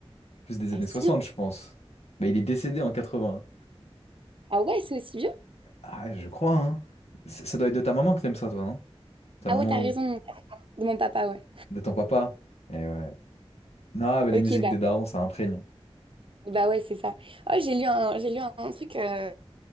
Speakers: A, on the left; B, on the right.
A: Plus des
B: Ah
A: années
B: si.
A: 60,
B: hein.
A: je pense. Mais il est décédé en 80.
B: Ah ouais, c'est aussi vieux?
A: Ah, je crois, hein. Ça ça doit être de ta maman que t'aimes ça, toi, non? Ta
B: Ah
A: maman
B: ouais, t'as raison,
A: ou
B: de mon papa, ouais.
A: de ton papa? Eh ouais. Non, mais
B: Ok,
A: les musiques
B: bah,
A: des darons, ça imprègne.
B: bah ouais, c'est ça. Oh, j'ai lu un, j'ai lu un, truc euh,